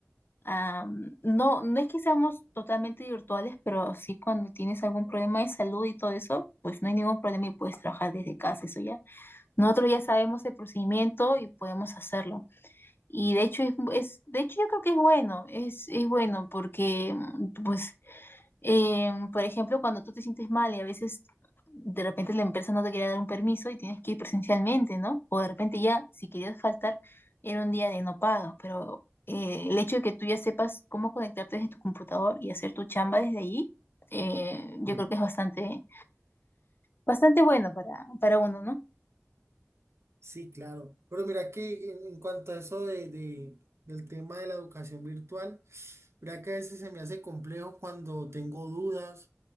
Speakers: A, on the left; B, on the right.
A: Am, no, no es que seamos totalmente virtuales, pero sí cuando tienes algún problema de salud y todo eso, pues no hay ningún problema y puedes trabajar desde casa, eso ya. Nosotros ya sabemos el procedimiento y podemos hacerlo. Y de hecho es, es de hecho yo creo que es bueno, es, es bueno porque mm, pues Em, por ejemplo, cuando tú te sientes mal y a veces de repente la empresa no te quería dar un permiso y tienes que ir presencialmente, ¿no? O de repente ya, si querías faltar, era un día de no paga, pero eh, el hecho de que tú ya sepas cómo conectarte desde tu computador y hacer tu chamba desde ahí, eh, yo
B: Sí.
A: creo que es bastante, bastante bueno para, para uno, ¿no?
B: Sí, claro. Pero mira que en, en cuanto a eso de, de- del tema de la educación virtual, mira que a veces se me hace complejo cuando tengo dudas